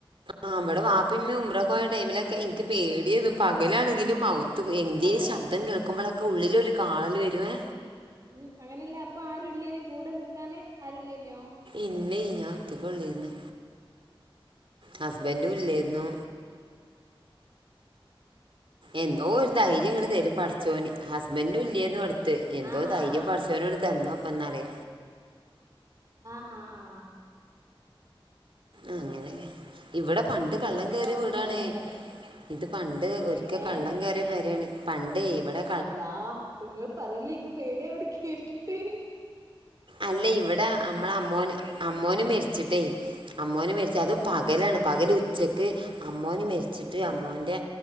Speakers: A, on the right; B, on the right.
A: ആഹ് വടെ വാപ്പിമ്മിയും ഉംറക്കോയ ടൈമിലൊക്കെ ൻക്ക് പേടിയേനു പകലാണെങ്കിലും ഔ ത്തു എന്തേലുംശബ്ദം
B: അപ്പൊ
A: കേൾക്കുമ്പളക്കെ ഉള്ളിലൊരുകാളല് വെരേ
B: ഉം അങ്ങനല്ല അപ്പൊആരുല്ലേനീകൂടെ നിക്കാന് ആരുല്ലെയ്നോ?
A: ഇല്ലേയ് ഞാൻഒറ്റക്കൊള്ളൊയിന്ന് ഹസ്ബന്റുംഇല്ലെയിരുന്നു എന്തോഒരുധൈര്യംഇങ്ങട്തരും
B: എങ്ങനെ
A: പഠിച്ചോന് ഹസ്ബന്റുംഇല്ലെയേരുന്ന്ടുത്ത് എന്തോധൈര്യംപട്ച്ചൊനോട്തന്നു
B: ആഹ് ആഹ്
A: അപ്പന്നറെ
B: ആഹ് ആഹ് ആഹ
A: അങ്ങനെയഇവിടെപണ്ട്കള്ളം
B: നമുക്ക് ഒറ്റക്കാവുമ്പളും
A: കേറിയവീടാണ്
B: കയ്യണ്ടേ
A: ഇത്പണ്ട് ഒരിക്കെകള്ളം
B: എങ്ങനെ
A: കെറിയപെരേണ് പണ്ടെയ്ഇവിടെ
B: അള്ളാ ഇങ്ങള്പറയല്ലി ഇൻക്ക്‌ പേടിയാവ്ണ്ട്കേട്ടിട്ട്
A: അല്ലെയ് ഇവിടെ അമ്മളഅമ്മോന് അമ്മോന്
B: ആഹ്
A: മേര് ച്ചിട്ടേയ് അമ്മോന് മരിച്ച അതും പകലാണ്
B: ആഹ്
A: പകല് ഉച്ചക്ക് അമ്മോന് മരിച്ച് റ്റ്
B: ആഹ്
A: അമ്മോന്റെ